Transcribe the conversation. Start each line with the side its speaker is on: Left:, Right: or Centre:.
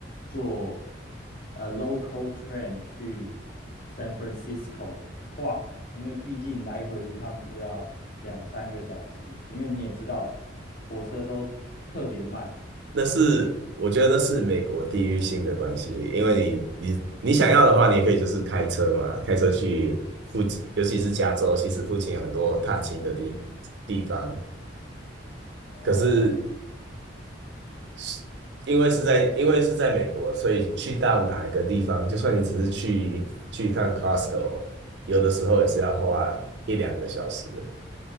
Left: 坐呃 local train 去 San Francisco 晃，因为毕竟来回一趟就要两三个小时，因为你也知道火车都特别慢
Right: 那是我觉得那是美国地域性的关系，因为你你你想要的话，你也可以就是开车嘛，开车去附近，尤其是加州，其实附近有很多踏青的地地方。
Left: 哦，
Right: 可是是，因为是在因为是在美国，所以去到哪一个地方，就算你只是去去一趟 Costco，有的时候也是要花一两个小时。